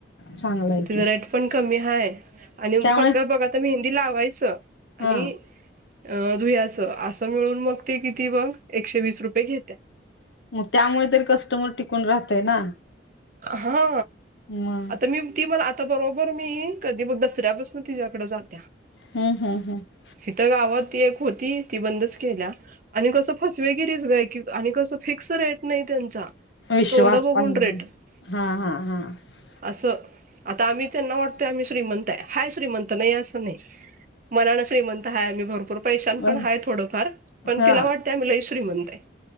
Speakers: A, on the left; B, on the right.
A: चांगला आहे
B: त्याच
A: की
B: रेट पण कमी हाय आणि
A: त्यामुळे
B: फक बगत आता मेहंदी लावायचं आणि
A: हा
B: अ धुयाचं असं मिळून मग ते किती बघ एकशे वीस रुपये घेत्या.
A: मग त्यामुळे तरी कस्टमर टिकून राहतय ना <unintelligible>
B: हा
A: मग
B: आता मी <unintelligible> ती मला आता बरोबर मी कधी मग दसऱ्यापसून तिच्या्याकड जात्या <unintelligible>
A: हम्म हम् हम् <unintelligible>
B: इथं गावात ती एक होती ती बंदच केल्या <unintelligible> आणि कसं फसवेगिरीेच गय की आणि कसं फिक्स रेट नाही त्यांचा <unintelligible>
A: विश्वास
B: तोंड बोघं
A: पाहिजे
B: रेट <unintelligible>
A: हा हा हा <unintelligible>
B: असं आता आम्ही त्यांना वाटतोय आम्ही श्रीमंत आहे हाय श्रीमंत नाही असं नाही <unintelligible> मनानं श्रीमंत हा आम्ही भरपूर पैशां
A: बर.
B: पण आहेय थोडंफार पण
A: हा
B: तिला वाटते आमहीलाही श्रीमंत आहे